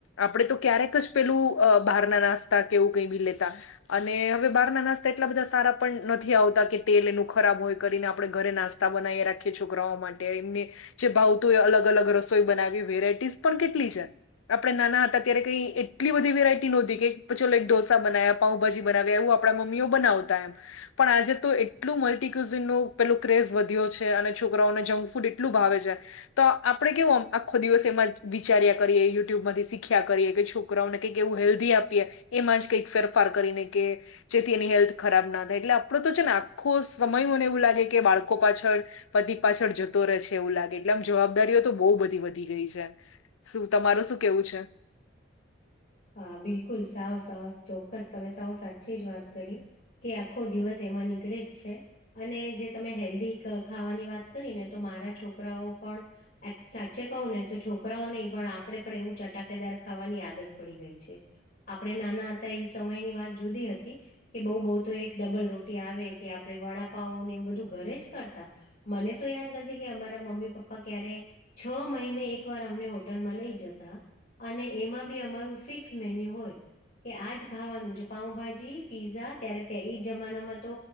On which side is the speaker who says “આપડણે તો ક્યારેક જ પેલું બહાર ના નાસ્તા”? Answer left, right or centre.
Left